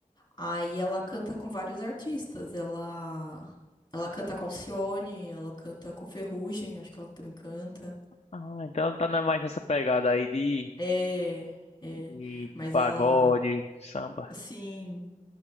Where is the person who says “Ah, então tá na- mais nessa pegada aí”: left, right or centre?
Left